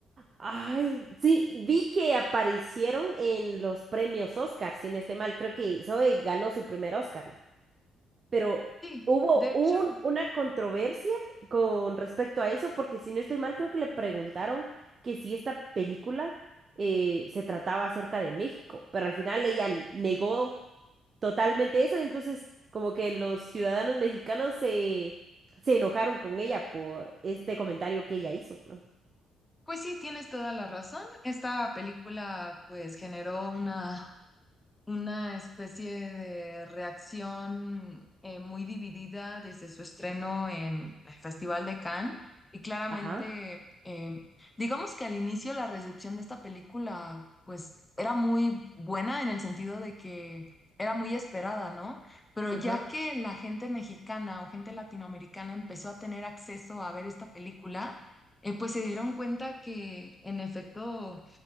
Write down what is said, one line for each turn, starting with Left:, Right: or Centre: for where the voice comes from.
Right: Ay, sí, vi que aparecieron en los premios Oscar, si no estoy mal. Creo que Zoe ganó su primer Oscar. ¿no? pero
Left: Sí,
Right: hubo
Left: de hecho,
Right: un, una controversia con respecto a eso, porque si no estoy mal, creo que le preguntaron que si esta película eh, se trataba acerca de México, pero al final ella n- negó totalmente eso, entonces como que los ciudadanos mexicanos se, se enojaron con ella por este comentario que ella hizo, ¿no?
Left: pues sí, tienes toda la razón. Esta película pues generó una una especie de reacción eh, muy dividida desde su estreno en el Festival de Cannes. Y claramente,
Right: Ajá.
Left: eh, digamos que al inicio la recepción de esta película, pues era muy buena en el sentido de que era muy esperada, ¿no? Pero
Right: Ajá.
Left: ya que la gente mexicana o gente latinoamericana empezó a tener acceso a ver esta película, eh, pues se dieron cuenta que en efecto